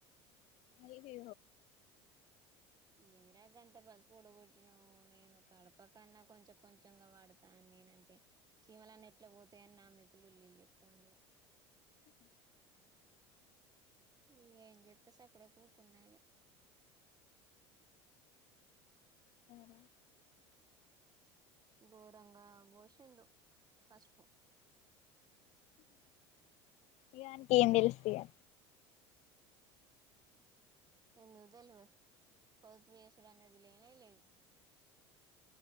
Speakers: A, on the left; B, on the right.
A: అవి
B: ఏదిరా గ అంత పసు పొడగొట్టిన నేను కడప కన్నా కొంచెం కొంచెంగా వాడతా నేనంటే చీమలన్న ఎట్లా పోతాయని నామికులుీలు ఇతాండ ఇక ఏం చెప్రే సప్పుడ కూకున్నాయిక
A: అవు
B: బోరంగా భోషండు పసుపు
A: ఇవానికి ఏం తెలుస్తుయా
B: ఎందు తెలి పపయసుడు అన్నది లేనే లేదు